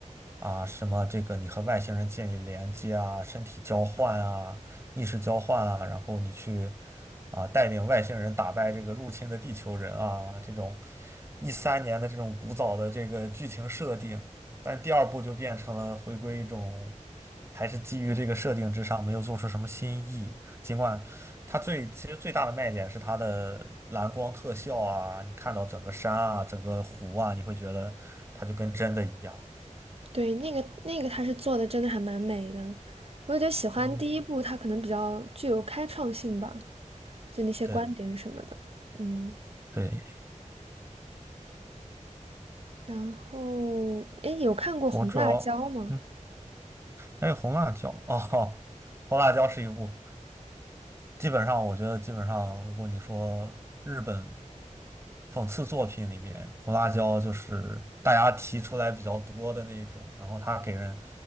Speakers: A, on the right (about 20°); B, on the right (about 50°).
A: 啊什么这个你和外星人建立连接啊、身体交换啊、意识交换啊，然后你去啊带领外星人打败这个入侵的地球人啊这种一三年的这种古早的这个剧情设定。但第二部就变成了回归一种，还是基于这个设定之上，没有做出什么新意。尽管它最其实最大的卖点是它的蓝光特效啊，你看到整个山啊、整个湖啊，你会觉得它就跟真的一样。
B: 对，那个那个他是做的真的还蛮美的，我就喜欢第一部，
A: 嗯，
B: 它可能比较具有开创性吧，就那些观点什么的。
A: 对
B: 嗯，
A: 对，
B: 然后诶，有看过《红辣椒》吗？
A: 我主要。嗯。还有红辣椒哦，红辣椒是一部，基本上我觉得基本上，如果你说日本讽刺作品里面，红辣椒就是大家提出来比较多的那一种，然后它给人